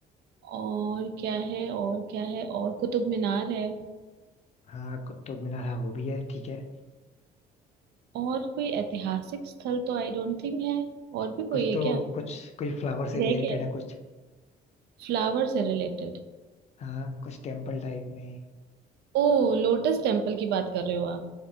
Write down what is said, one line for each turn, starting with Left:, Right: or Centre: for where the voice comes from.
Right: और क्या है और क्या है और कुतुब मीनार है
Left: हाँ कुतुब मीनार हाँ वो भी है ठीक है
Right: और कोई ऐतिहासिक स्थल तो आई डोंट थिंक है और भी
Left: कुछ
Right: कोई है
Left: तो
Right: क्या
Left: कुछ कुछ फ्लावर
Right: रह
Left: से रिलेटेड
Right: गया
Left: है कुछ
Right: फ्लावर से रिलेटेड
Left: हाँ कुछ टेम्पल टाइप में
Right: ओ लोटस टेम्पल की बात कर रहे हो आप